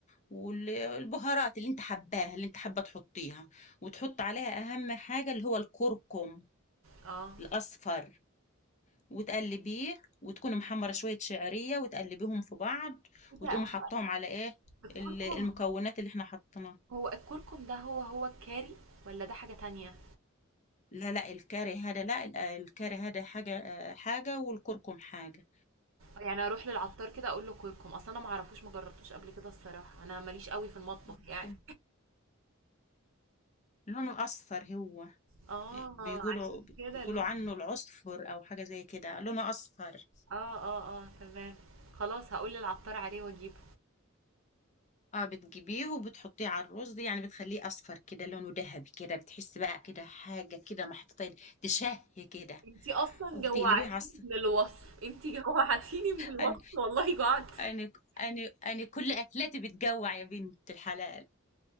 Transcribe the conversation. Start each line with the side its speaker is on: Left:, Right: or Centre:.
Left: والبهارات اللي انت حباها اللي انت حابة تحطيها وتحط عليها أهم حاجة اللي هو الكركم
Right: اه
Left: الأصفر وتقلبيه وتكوني محمرة شوية شعرية وتقلبيهم في بعض
Right: ايه ده
Left: وتقومي
Right: هو
Left: حطاهم على ايه
Right: الكركم
Left: ال- المكونات اللي احنا حطيناها
Right: هو الكركم ده هو هو الكاري ولا ده حاجه تانية
Left: لا لا الكاري هذا لا ال- الكاري هذا حاجة آه، حاجة والكركم حاجة
Right: يعني اروح للعطار كده اقول له كركم اصلا انا ما اعرفوش ما جربتوش قبل كده الصراحه انا ماليش قوي في المطبخ
Left: الكركم
Right: يعني
Left: لونه أصفر هو
Right: اه
Left: بيقولوا
Right: عشان كده
Left: بيقولوا
Right: لونه
Left: عنه العصفر أو حاجة زي كده لونه أصفر
Right: اه اه اه تمام خلاص هقول للعطار عليه واجيبه
Left: اه بتجيبيه وبتحطيه على الرز يعني بتخليه اصفر كده لونه ذهبي كده بتحس بقى كده حاجه كده محطوطه تشهي كده
Right: انتي اصلا
Left: وبتقلبيه
Right: جوعتيني
Left: على الص-
Right: من الوصف انتي جوعتيني من الوصف
Left: انا
Right: والله جوعت
Left: انا انا انا كل اكلاتي بتجوع يا بنت الحلال